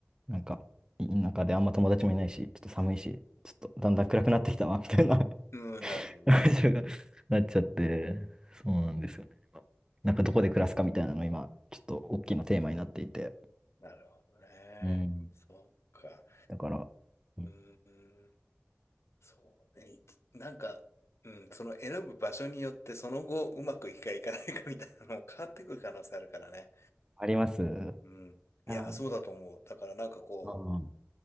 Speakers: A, on the right; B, on the left.
A: なんか、い田舎であんま友達もいないし、ちょっと寒いし、ちょっとだんだん暗くなってきたわ、みたいな <laughs>
B: うん、なる。
A: 感情がなっちゃって、そうなんですよね。今なんかどこで暮らすかみたいなの今、ちょっと大きなテーマになっていて。
B: なるほどね。
A: うん。
B: そうか。
A: だから、うん
B: うーん。そうね。いなんか、うん、その選ぶ場所によって、その後、うまくいくかいかないかみたいなのも変わってくる可能性あるからね。
A: あります。
B: うん。いや、
A: あー
B: そうだと思う。だからなんかこ
A: うん。